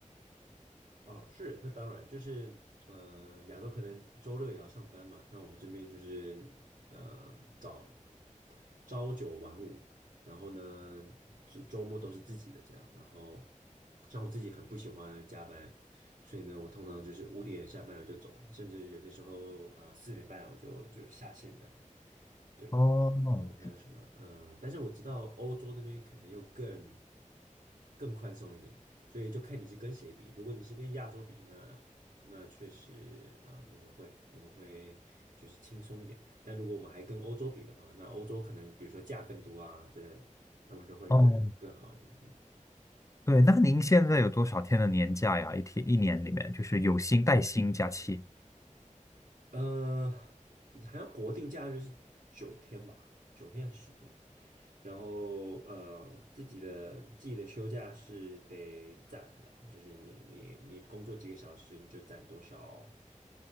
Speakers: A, on the right (about 75°); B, on the left (about 25°).
A: 哦，是，那当然，就是呃，亚洲可能周六也要上班嘛，那我们这边就是呃早朝九晚五，然后呢周周末都是自己的这样，然后像我自己很不喜欢加班，所以呢，我通常就是五点下班我就走，甚至有些时候呃四点半我就就下线的。对，
B: 哦
A: 然后还有什么？嗯、但是我知道欧洲那边可能又更更宽松一点，所以就看你是跟谁比。如果你是跟亚洲比那那确实，呃，我们会我们会就是轻松一点。但如果我们还跟欧洲比的话，那欧洲可能比如说价更多啊之类的，他们就会更更好一点。
B: 哦，
A: 嗯。
B: 对，那您现在有多少天的年假呀？一天一年里面，就是有薪带薪假期。
A: 呃，好像国定假日是九天吧，九天还是十天？然后呃，自己的自己的休假是得攒的，就是你你你工作几个小时，你就攒多少